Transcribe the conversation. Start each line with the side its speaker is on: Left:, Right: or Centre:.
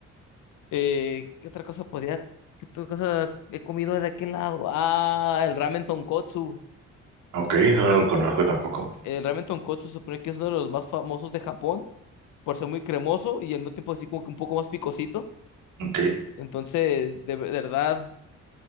Left: Eh, ¿qué otra cosa podría? ¿Qué otra cosa he comido de aquel lado? Ah, el ramen tonkotsu.
Right: Ok, eso no lo conozco tampoco.
Left: El ramen tonkotsu se supone que es uno de los más famosos de Japón por ser muy cremoso y al mismo tiempo así como que un poco más picosito.
Right: Ok.
Left: Entonces, de de verdad,